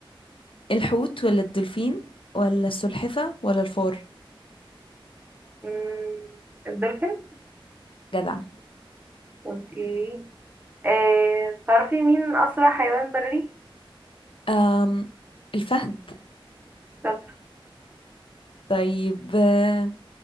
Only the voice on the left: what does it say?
الحوت ولا الدولفين ولا السلحفه ولا الفار
جدع
أم الفهد
طيب آه،